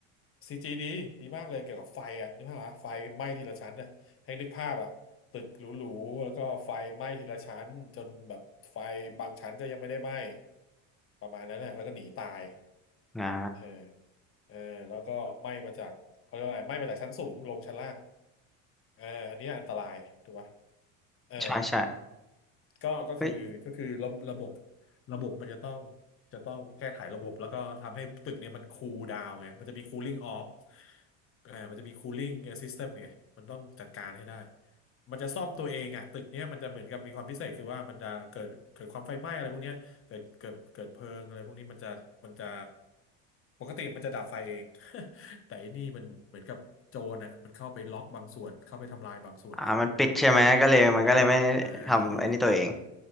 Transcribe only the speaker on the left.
ซีจีดีดีมากเลยเกี่ยวกับไฟอ่ะนึกภาพว่าไฟไหม้ทีละชั้นอ่ะให้นึกภาพอ่ะตึกหรูๆแล้วก็ไฟไหม้ทีละชั้นจนแบบไฟบางชั้นก็ยังไม่ได้ไหม้ประมาณนั้นนะแล้วก็หนีตาย
เออเออแล้วก็ไหม้มาจากเขาเรียกว่าอะไรไหม้มาจากชั้นสูงลงชั้นล่างเอออันนี้อันตรายถูกปะเออ
ก็ก็คือก็คือระระบบ
ระบบ มันจะต้องจะต้องแก้ไขระบบแล้วก็ทำให้ตึกเนี่ยมันคูลดาวน์ไงมันจะมี cooling off เออมันจะมี cooling system ไงมันต้องจัดการให้ได้ มันจะซ่อมตัวเองอ่ะตึกเนี้ยมันจะเหมือนกับมีความพิเศษคือว่ามันจะเกิดเกิดความไฟไหม้อะไรพวกเนี้ยเกิดเกิดเกิดเพลิงอะไรพวกนี้มันจะมันจะปกติมันจะดับไฟเอง <laughs> แต่ไอันนี้มันเหมือนกับโจรนะมันเข้าไปล็อกบางส่วนเข้าไปทำลายบางส่วนไง
อ่า
ถูก